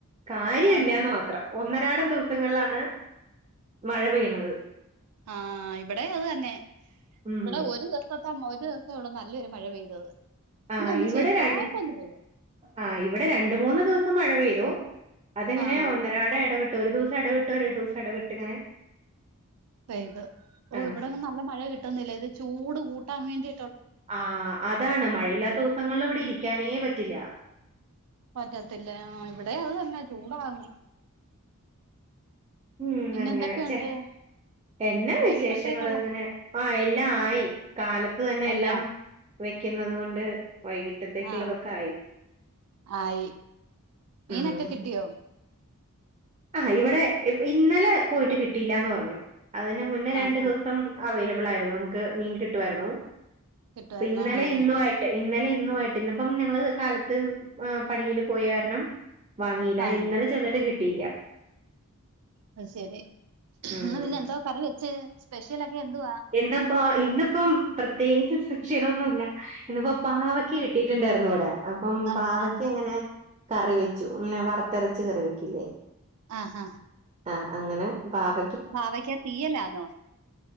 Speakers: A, on the right; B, on the right.
A: കാര്യല്ലന്ന്
B: ആഹ്
A: മാത്രം ഒന്നരാടം ദിവസങ്ങളിലാണ് മഴ പെയ്യണത്
B: ആഹ് ഇവിടെ അത് തന്നെ
A: ഉം.
B: ഇവിടെ ഒരു ദിവ ത്തം ഒരു ദിവസേ ഉള്ളൂ നല്ലൊരു മഴ പെയ്തത്
A: ആഹ്
B: ഇന്നൊന്ന്
A: ഇവിടെ
B: ചെറുതായിട്ടൊന്ന്
A: ര
B: പെയ്തു
A: ആഹ ഇവിടെ രണ്ട് മൂന്ന് ദിവസം മഴ പെയ്തു അതിങ്ങനെ
B: ആഹ്
A: ഒന്നരാട ഇടവിട്ടു ഒരു ദിവസം ഇടവിട്ട് ഒരു ദിവസം ഇടവിട്ട് ഇങ്ങനെ
B: പെയ്ത് ഓ
A: ആ
B: ഇവിടെങ്ങും നല്ല മഴ കിട്ടുന്നില്ല ഇത് ചൂട് കൂട്ടാൻ വേണ്ടി
A: ആഹ് അതാണ് മഴയില്ലാത്ത ദിവസങ്ങളിൽ ഇവിടെ
B: ഉം
A: ഇരിക്കാനേ പറ്റില്ല
B: പറ്റത്തില്ല ആഹ് ഇവിടെ അത് തന്നെ ചൂടാന്ന്
A: ഉം
B: പിന്നെ
A: അങ്ങനെ
B: എന്തൊക്കെയുണ്ട്
A: ചെ എന്നാ
B: വൈകിട്ടത്തേക്കുള്ള
A: വിശേഷങ്ങള് അങ്ങനെ ആഹ എല്ലാം ആയി കാലത്ത് തന്നെ
B: അല്ലേ
A: എല്ലാം വെക്കുന്നത് കൊണ്ട് വൈകിപ്പോ ഉച്ചത്തേക്കുള്ളതൊക്കെ
B: ആ
A: ആയി
B: ആയി മീനൊക്കെ
A: ഉം
B: കിട്ടിയോ
A: ആഹ് ഇവിടെ ഇന്നലെ പോയിട്ട് കിട്ടിയില്ലാന്ന് പറഞ്ഞു അതിന് മുന്നേ രണ്ടു
B: ആഹ് ആഹ്
A: ദിവസം അവൈലബിൾ ആയിരുന്നു നമുക്ക് മീൻ കിട്ടുമായിരുന്നു
B: കിട്ടുവായിരുന്നോ
A: അപ്പ ഇന്നലെ
B: ആഹ്
A: ഇന്നു ഇന്നലെ ഇന്നു ആയിട്ട് ഇന്നിപ്പം ഞങ്ങള് കാലത്ത് പള്ളിയില് പോയാര്ണം വാങ്ങിയില്ല
B: ആഹ്
A: ഇന്നലെ ചെന്നിട്ട് കിട്ടിയില്ല
B: അത്ശരി
A: ഉം
B: ഇന്ന് പിന്നെ എന്തോ കറി വെച്ച് സ്പെഷ്യലൊക്കെ എന്തുവാ
A: ഇപ്പോ ഇന്നിപ്പം പ്രത്യേകിച്ച് സ്പെഷലൊന്നുമല്ല ഇന്നിപ്പോ പാവക്ക കിട്ടിട്ടുണ്ടായിരുന്നു ഇവിടെ അപ്പം
B: ആഹ്
A: പാവക്ക
B: ആഹ്
A: ങ്ങനെ കറി വെച്ചു ന്നെ വറുത്തെരച്ച് കറി വെക്കില്ലേ
B: ആഹ് ആഹ്
A: ആഹ് അങ്ങനെ പാവ
B: പാവക്കാ തീയല്ലാന്നോ